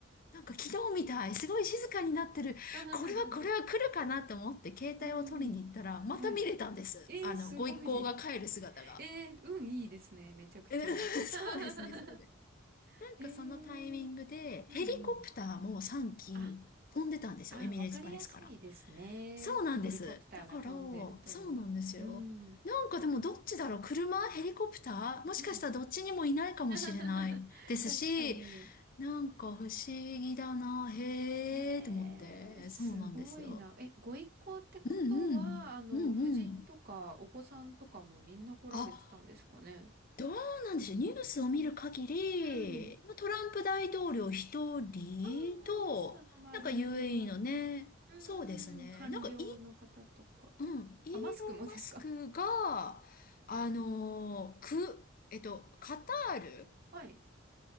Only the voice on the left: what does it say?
なんか昨日みたい、すごい静かになってる。
これはこれは来るかなと思って、携帯を取りに行ったら、
また見れたんです。
あの、
ご一行が帰る姿が。
え <laughs> そうですね、
そうです。なんかそのタイミングで、
ヘリコプターも3機飛んでたんですよ。
エミレーツパレスから。
そうなんです。
だから、そうなんですよ。
なんかでもどっちだろう車ヘリコプターもしかしたらどっちにもいないかもしれないですし、
なんか不思議だな。へーって思って。
そうなんですよ。
うんうん。
うんうん。
あ、どうなんでしょう。ニュースを見る限り、
まあ、トランプ大統領一人と、
なんか UAE のね、
そうですね。
なんかイーロン、うん、イーロン・
マスクが、あのーく、えっと、カタール